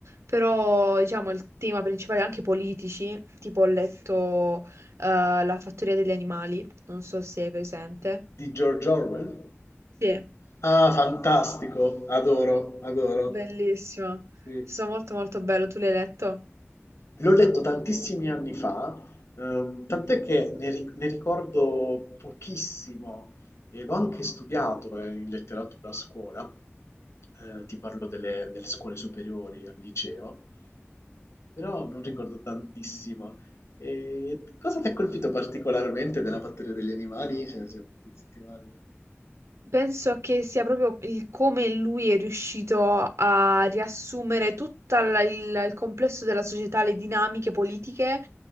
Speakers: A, on the right; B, on the left.
A: Però diciamo il tema principale è anche politici, tipo ho letto eh, La fattoria degli animali, non so se è presente.
B: Di George Orwell?
A: Sì,
B: Ah, fantastico, adoro, adoro.
A: bellissimo,
B: Sì.
A: sto molto molto bello, tu l'hai letto?
B: L'ho letto tantissimi anni fa, ehm, tant'è che ne, ri- ne ricordo pochissimo e l'ho anche studiato eh, in letteratura a scuola. Eh, ti parlo delle, delle scuole superiori al liceo, eh, però non ricordo tantissimo. E cosa ti ha colpito particolarmente della Fattoria degli Animali? Cioè, se potessi dire.
A: Penso che sia proprio il come lui è riuscito a riassumere tutto il, il complesso della società, le dinamiche politiche